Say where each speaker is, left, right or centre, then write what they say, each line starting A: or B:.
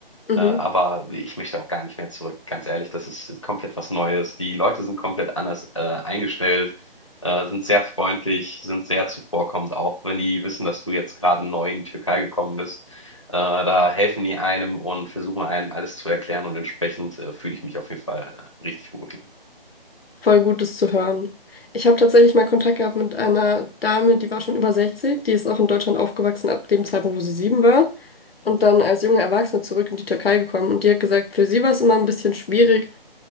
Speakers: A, on the left; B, on the left.
A: Mhm,
B: Äh, aber ich möchte auch gar nicht mehr zurück, ganz ehrlich, das ist komplett was Neues. Die Leute sind komplett anders, äh, eingestellt, äh, sind sehr freundlich, sind sehr zuvorkommend, auch wenn die wissen, dass du jetzt gerade neu in die Türkei gekommen bist. Äh, da helfen die einem und versuchen einem alles zu erklären und entsprechend äh, fühle ich mich auf jeden Fall äh, richtig wohl.
A: voll gut, das zu hören. Ich habe tatsächlich mal Kontakt gehabt mit einer Dame, die war schon über 60, die ist auch in Deutschland aufgewachsen ab dem Zeitpunkt, wo sie sieben war. Und dann als junge Erwachsene zurück in die Türkei gekommen. Und die hat gesagt, für sie war es immer ein bisschen schwierig,